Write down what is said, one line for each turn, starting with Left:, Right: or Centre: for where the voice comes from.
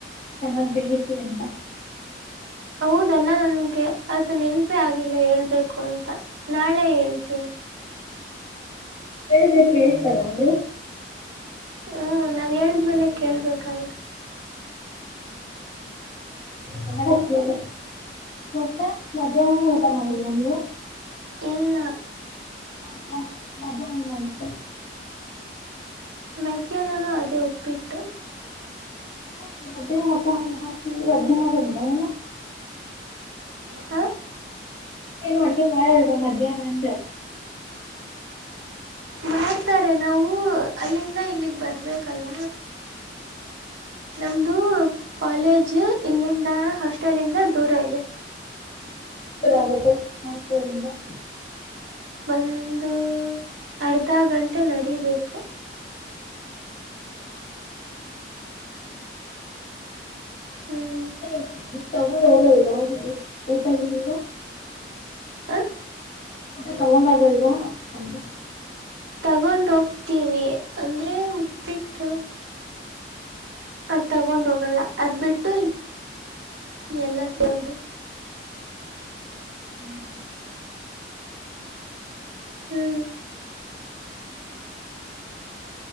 Left: ಚೆನ್ನಾಗ್ ಬೇಯಿಸಿ ಅಂತ.
Right: ಹೌದೆಲ್ಲಾ ನನ್ಗೆ ಅದ ನೆನಪೆ ಆಗಿಲ್ಲ ಹೇಳ್ಬೇಕು ಅಂತ ನಾಳೆ ಹೇಳ್ತೀನಿ.
Left: ಹೇಳಿದ್ರೆ ಕೇಳ್ತಾರ ಅವರು.
Right: ಹ್ಞೂ ನಾನ ಹೇಳಿದ್ಮೇಲೆ ಕೇಳಬೇಕಲ್ಲ.
Left: ಮಾಡಕಹೇಳು. ಮತ್ತೆ ಮಧ್ಯಾಹ್ನಾನ ಊಟ ಮಾಡಿಲ್ವಾ ನೀವು.
Right: ಇಲ್ಲ.
Left: ಹಾ ಹಾ ಮಧ್ಯಾಹ್ನ ಆಗತ್ತು.
Right: ಮಧ್ಯಾಹ್ನನ ಅದೇ ಉಪ್ಪಿಟ್ಟು.
Left: <unintelligible>
Right: ಹಾ.
Left: ಏನು ಅಡುಗೆ ಮಾಡಲ್ವಾ ಮಧ್ಯಾಹ್ನ ಅಂದೇ.
Right: ಮಾಡ್ತಾರೆ ನಾವು ಅಲ್ಲಿಂದ ಇಲ್ಲಿಗ್ ಬರ್ಬೇಕಲ್ಲ. ನಮ್ದು ಕಾಲೇಜ್ ಇಲ್ಲಿಂದ ಹಾಸ್ಟೆಲ್ಂದ ದೂರ ಇದೆ.
Left: <unintelligible> ಆಗತ್ತೆ ಹಾಸ್ಟೆಲ್ ಇಂದ.
Right: ಒಂದು ಅರ್ಧ ಗಂಟೆ ನಡಿಬೇಕು. ಹ್ಮ್.
Left: ಮತ್ತ ನೀನ್ ತಗೊಂಡ ಹೋಗಲ್ವಾ ಊ ಊಟ ಇಲ್ಲಿಂದ.
Right: ಹ.
Left: ಊಟ ತಗೊಂಡ್ ಹೋಗಲ್ವಾ ಅಂದೆ
Right: ತಗೊಂಡ ಹೋಗ್ತೀವಿ ಅಂದ್ರೆ ಉಪ್ಪಿಟ್ಟು. ಅದ್ ತಗೊಂಡ್ ಹೋಗಲ್ಲ ಅದ್ ಬಿಟ್ಟು ಎಲ್ಲ ತಗೊಂಡ
Left: <inaudible>
Right: ಹ್ಮ್.